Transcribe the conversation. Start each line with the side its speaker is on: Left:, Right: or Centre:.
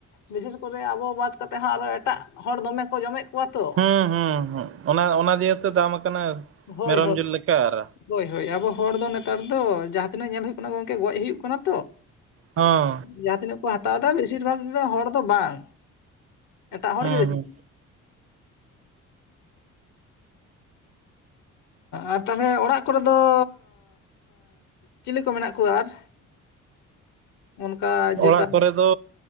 Left: ᱵᱤᱥᱮᱥ ᱠᱚᱨᱮ ᱟᱵᱚ ᱵᱟᱫ ᱠᱟᱛᱮ ᱦᱚᱸ ᱟᱨᱚ ᱮᱴᱟᱜ ᱦᱚᱲ ᱫᱚᱢᱮ ᱠᱚ ᱡᱚᱢᱮᱫ ᱠᱚᱣᱟ ᱛᱚ,
Right: ᱦᱩᱸ ᱦᱩᱸ ᱦᱩᱸ ᱚᱱᱟ ᱚᱱᱟ ᱫᱤᱭᱮ ᱛᱮ ᱫᱟᱢ ᱟᱠᱟᱱᱟ᱾
Left: ᱦᱳᱭ
Right: ᱢᱮᱨᱚᱢ
Left: ᱦᱳᱭ
Right: ᱡᱤᱞ ᱞᱮᱠᱟ ᱟᱨ
Left: ᱦᱳᱭ ᱦᱳᱭ ᱟᱵᱚ ᱦᱚᱲ ᱫᱚ ᱱᱮᱛᱟᱨ ᱫᱚ ᱡᱟᱦᱟᱸ ᱛᱤᱱᱟᱹᱜ ᱧᱮᱞ ᱦᱩᱭᱩᱜ ᱠᱟᱱᱟ ᱜᱚᱝᱠᱮ ᱜᱚᱡ ᱦᱩᱭᱩᱜ ᱠᱟᱱᱟ ᱛᱚ,
Right: ᱦᱚᱸ
Left: ᱡᱟᱦᱟᱸ ᱛᱤᱱᱟᱹᱜ ᱠᱚ ᱦᱟᱛᱟᱣ ᱫᱟ ᱵᱮᱥᱤᱨ ᱵᱷᱟᱜ ᱦᱚᱲ ᱫᱚ ᱵᱟᱝ ᱮᱴᱟᱜ ᱦᱚᱲ
Right: ᱦᱩᱸ
Left: ᱜᱮ ᱦᱮᱸᱼᱼ
Right: ᱦᱩᱸ
Left: ᱟᱨ ᱛᱟᱦᱚᱞᱮ ᱚᱲᱟᱜ ᱠᱚᱨᱮ ᱫᱚᱻᱚᱻ ᱪᱤᱞᱤ ᱠᱚ ᱢᱮᱱᱟᱜ ᱠᱚᱣᱟ ᱟᱨ? ᱩᱱᱠᱟ ᱡᱮ
Right: ᱚᱲᱟᱜ
Left: <inaudible>
Right: ᱠᱚᱨᱮ ᱫᱚ